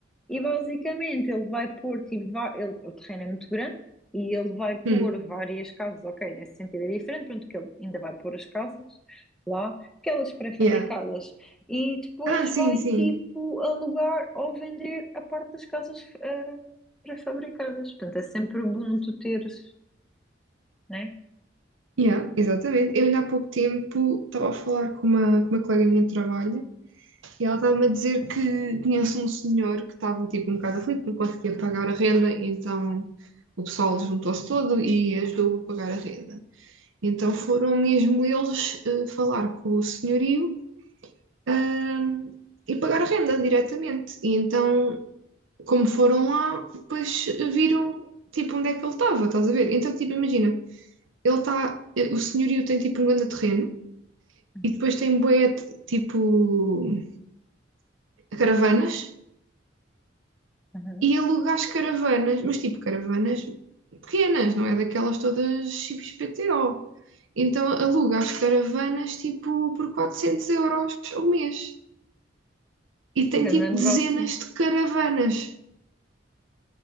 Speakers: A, in the centre; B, on the right.
A: e basicamente ele vai pôr, tipo, va- ele, o terreno é muito grande e ele vai pôr
B: Hum,
A: várias casas, ok, nesse sentido é diferente, pronto, que ele ainda vai pôr as casas lá, aquelas pré-fabricadas
B: yeah.
A: e depois
B: Ah, sim,
A: vai,
B: sim.
A: tipo, alugar ou vender a parte das casas ah, pré-fabricadas. Portanto, é sempre bom tu teres, né?
B: Yeah, exatamente. Eu ainda há pouco tempo estava a falar com uma, com uma colega minha de trabalho E ela estava-me a dizer que conhece um senhor que estava tipo um bocado aflito, não conseguia pagar a renda, então o pessoal juntou-se todo e ajudou a pagar a renda. Então foram mesmo eles eh, falar com o senhorio, ahm, e pagar a renda diretamente. E então, como foram lá, depois viram tipo onde é que ele estava, estás a ver? Então, tipo, imagina, ele está, o senhorio tem tipo um grande terreno
A: Uhum.
B: e depois tem bué tipo caravanas
A: Uhum.
B: e alugares caravanas, mas tipo caravanas pequenas, não é daquelas todas XPTO. Então alugas caravanas tipo por 400 euros ao mês e tem
A: Um grande
B: tipo
A: negócio.
B: dezenas de caravanas.